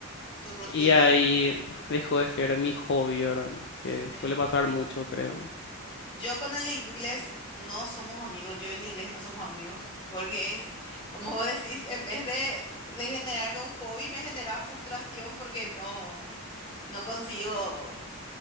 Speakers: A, on the left; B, on the left.
A: Tu rutina
B: Y ahí
A: ya.
B: dejó de ser mi hobby, ¿verdad? Que
A: Sí.
B: suele pasar mucho, creo.
A: Yo con el inglés no somos amigos, yo y el inglés no somos amigos, porque es, como vos decís, en vez de, de generarme un hobby, me genera frustración porque no, no consigo,